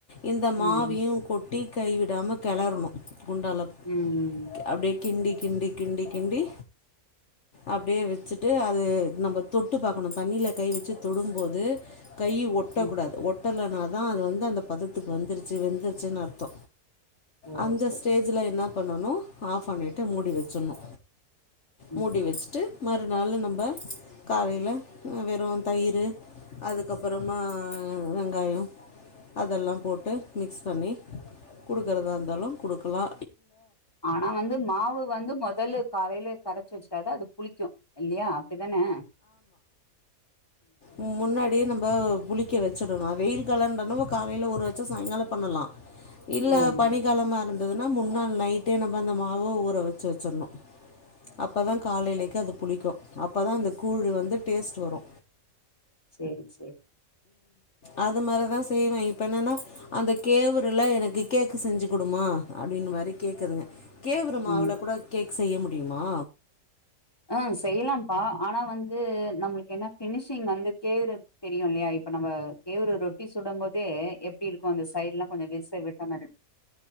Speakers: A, on the left (about 55°); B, on the left (about 15°).
A: இந்த
B: ம்
A: மாவியு கொட் கைவிடாம கெளறணு குண்டால
B: ம் ம்
A: அப்டியே கிண்டி கிண்டி கிண்டி கிண்டி அப்டியே வச்சுட்டு அது நம் தொட்டு பாக்கணு தண்ணியில கை வச்சு தொடும்போது கை ஒட்டக்கூடாது
B: ம்
A: ஒ ட்டலனாாதா அது வந்து அந்த பதத்துக்கு வந்துருச்சு வெந்துருச்சுன்னு அர்த்த
B: ஓ
A: அந்த
B: செரி
A: ஸ்டேஜ்ல என்னா பண்ணனு ஆஃப் பண்ணிட்டு மூடி வச்சணு
B: ம்
A: மூடி வச்சுட்டு மறுநாள்ளு நம்ம காலையில அ வெறு தயிரு அதுக்கப்புறமா வெங்காய அதெல்லா போட்டு மிக்ஸ் பண்ணி குடுக்கறதா இருந்தாலு குடுக்கலா
B: ஆனா வந்து மாவு வந்து மொதல்ல காலையில கரைச்சு வச்சுட்டாத அது புளிக்கு இல்லையா இதன்னா
A: உ முன்னாடியே நம் ம்போ புளிக்க வச்சுரணு வெயில் காலண்டனம்ம காலையில உறவச்சா சாயங்கால பண்ணலா இல்ல
B: ம்
A: பனிக்காலமா இருந் துனா முன்னாள் நைட்டே நம்ம அந்த மாவ ஊற வச்சு வச்சிணு அப்பதா
B: ம்.
A: காலையிலக்கு
B: சரி
A: அது புளிக்கு அப்பதா அந்த கூழ் வந்து டேஸ்ட் வரு
B: சரி சரி
A: அது மாரிதா செய்வே இப்ப என்னன்னா அந்த கேவரல எனக்கு கேக்கு செஞ்சு குடுமா அப்டின்னு மாரி கேக்குதுங்க கேவறமா
B: ம்
A: மாவள கூட கேக் செய்ய முடியுமா
B: ஆ செய்யலாம்ப்பா ஆனா வந்து நம்மளுக்கு என்ன பினிஷிங் வந்து கேவறது தெரியு இல்லையா இப்ப நம்ம கே ஒரு ரொட்டி சுடும் போதே எப்டி இருக்கு அந்த சைடு்ல்லா கொஞ்ச விருச விட்ட மாரி இரு